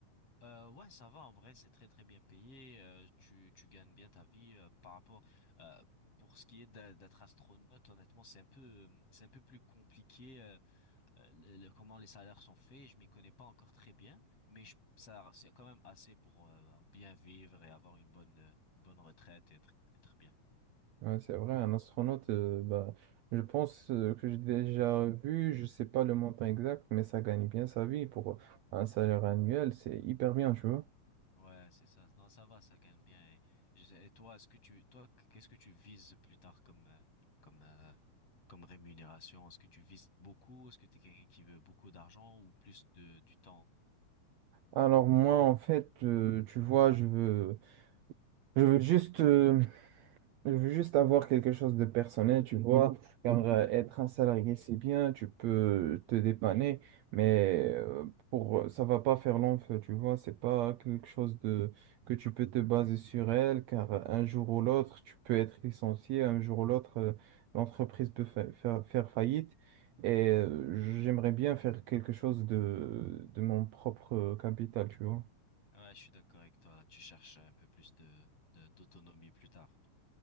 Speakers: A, on the left; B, on the right.
A: Euh, ouais, ça va en vrai, c'est très très bien payé. euh, tu tu gagnes bien ta vie euh, par rapport euh, pour ce qui est d'a- d'être astronaute. Honnêtement, c'est un peu euh, c'est un peu plus compliqué euh, euh, le, le- comment les salaires sont faits. Je m'y connais pas encore très bien, mais je, ça c'est quand même assez pour euh, bien vivre et avoir une bonne euh, une bonne retraite et être être bien.
B: Ouais, c'est vrai, un astronaute, euh, bah, je pense euh, que j'ai déjà vu, je sais pas le montant exact, mais ça gagne bien sa vie pour un salaire annuel, c'est hyper bien, tu vois.
A: Ouais, c'est ça. Non, ça va, ça gagne bien. Et, je sais- et toi, est-ce que tu toi qu'est-ce que tu vises plus tard comme euh, comme euh, comme rémunération? Est-ce que tu vises beaucoup? Est-ce que tu es quelqu'un qui veut beaucoup d'argent ou plus de du temps?
B: Alors moi, en fait, euh, tu vois, je veux, je veux juste euh, Je veux juste avoir quelque chose de personnel, tu vois, car euh, être un salarié, c'est bien, tu peux te dépanner, mais euh, pour ça va pas faire long feu, tu vois, c'est pas quelque chose de que tu peux te baser sur elle, car euh, un jour ou l'autre, tu peux être licencié, un jour ou l'autre, euh, l'entreprise peut fa- faire, faire faillite, et euh, j'aimerais bien faire quelque chose de, de mon propre capital, tu vois.
A: Ouais, je suis d'accord avec toi. Là, tu cherches un peu plus de, de- d'autonomie plus tard.